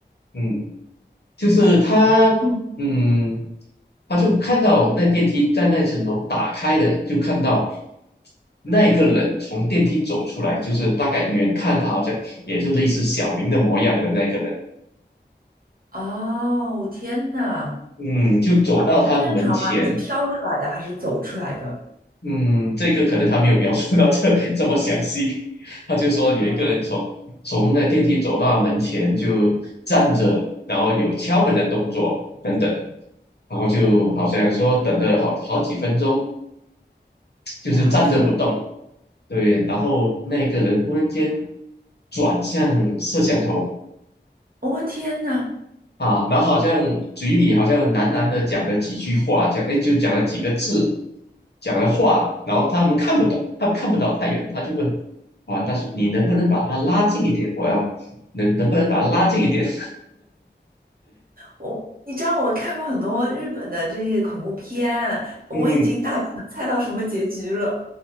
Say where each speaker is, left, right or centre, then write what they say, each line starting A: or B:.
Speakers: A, on the left; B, on the right.
A: 嗯，就是他，
B: 哦，
A: 嗯，他就看到那电梯在那层楼打开的，就看到那个人从电梯走出来，就是大概远看他好像也是类似小明的模样的那个人，
B: 哦，天哪！
A: 嗯，就走到他门前，
B: 它正常吗？它是飘出来的还是走出来的？
A: 嗯，这个可能他没有描述到这 <laughs> 这么详细，他就说有一个人从从那电梯走到他门前就站着，
B: 哦，
A: 然后有敲门的动作等等。然后就好像说等了好好几分钟，就是站着不动。
B: 了解。
A: 对，然后那个人突然间转向摄像头
B: 我天呐，
A: 啊，然后好像嘴里好像喃喃的讲了几句话，讲哎就讲了几个字，讲了话，然后他们看不懂，他看不到太远，他就问啊，他说你能不能把他拉近一点？我要能能不能把他拉近一点？<laughs>
B: 我你知道我看过很多日本的这些恐怖片，我已经大概能猜到什么结局了。
A: 嗯，